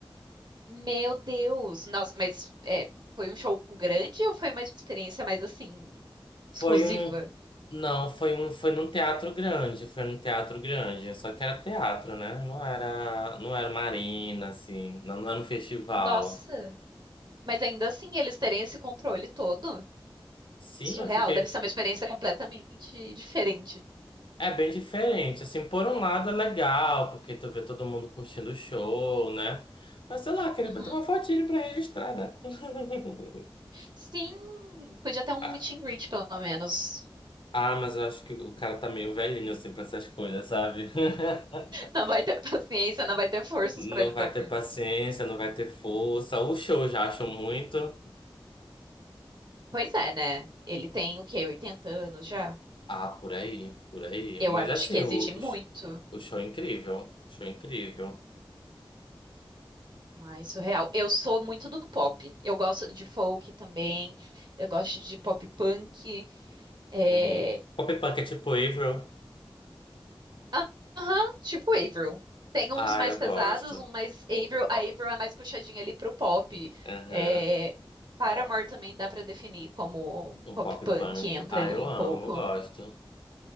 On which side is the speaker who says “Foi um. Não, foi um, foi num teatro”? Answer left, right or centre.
Left